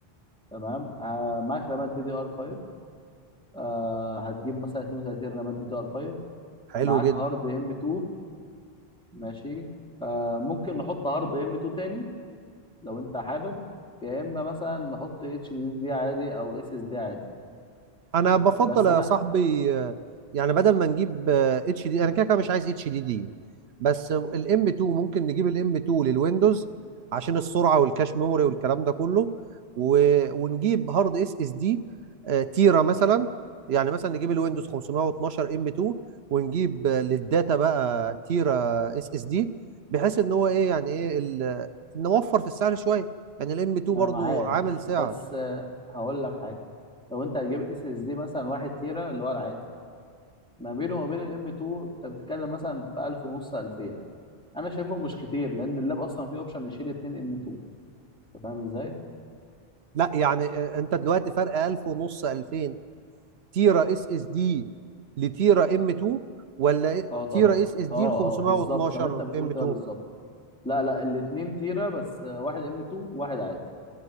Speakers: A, in the centre; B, on the right.
A: تمام آه معاك رامات دي دي ار 5 آه هتجيب مثلا 32 رامات دي دي ار 5
B: حلو
A: معاك
B: جدا
A: هارد ام 2 ماشي آه ممكن نحط هارد ام 2 تاني لو انت حابب يا اما مثلا نحط اتش دي دي عادي او اس اس دي عادي
B: انا بفضل
A: بس
B: يا
A: انا
B: صاحبي آه، يعني بدل ما نجيب اتش دي انا كده كده مش عايز اتش دي دي بس الام 2 ممكن نجيب الام 2 للويندوز عشان السرعه والكاش ميموري والكلام ده كله و... ونجيب هارد اس اس دي تيرا مثلا يعني مثلا نجيب الويندوز 512 ام 2 ونجيب آه، للداتا بقى تيرا اس اس دي بحيث ان هو ايه يعني ايه ال... نوفر في السعر شويه يعني الام 2
A: انا
B: برضو
A: معاك
B: عامل سعر
A: بس آه هقول لك حاجه لو انت هتجيب اس اس دي مثلا 1 تيرا اللي هو العادي ما بينه وما بين الام 2 انت بتتكلم مثلا في 1000 ونص 2000 انا شايفهم مش كتير لان اللاب اصلا فيه اوبشن يشيل 2 ام 2 انت فاهم ازاي؟
B: لا يعني آه، انت دلوقتي فرق 1000 ونص 2000 تيرا اس اس دي لتيرا ام 2 ولا إيه-
A: اه طبعا
B: تيرا اس اس دي
A: اه
B: ل 512
A: اه بالظبط زي ما انت بتقول
B: ام 2
A: كده بالظبط لا لا الاتنين تيرة بس آه، واحد ام 2 واحد عادي